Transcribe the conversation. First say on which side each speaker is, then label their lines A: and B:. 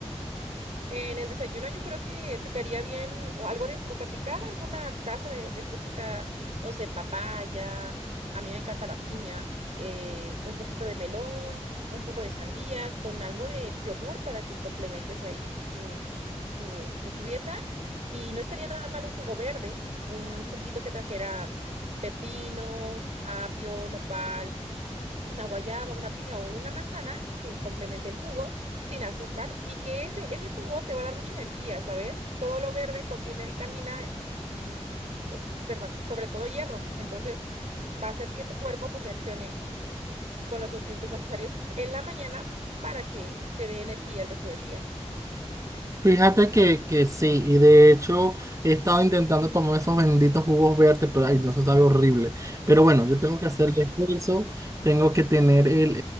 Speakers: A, on the right; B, on the right.
A: En el desayuno yo creo que te quedaría bien o algo de fruta picada, alguna taza de, de frutita, no sé, papaya, a mí me encanta la piña, eh, un poquito de melón, un poco de sandía, con algo de yogur para que complementes ahí eh, tu, este, tu dieta. Y no estaría nada mal un jugo verde, un juguito que trajera pepino, apio, nopal, una guayaba, una piña o una manzana que complemente el jugo sin azúcar y que ese, ese jugo te va a dar mucha energía, ¿sabes? Todo lo verde contiene vitamina y, so- perdón, sobre todo hierro. Entonces va a hacer que tu cuerpo pues reaccione con los nutrientes necesarios en la mañana para que te dé energía el resto del día.
B: Fíjate que, que sí, y de hecho he estado intentando tomar esos benditos jugos verdes, pero ay, no, eso sabe horrible. Pero bueno, yo tengo que hacerle esfuerzo, tengo que tener el,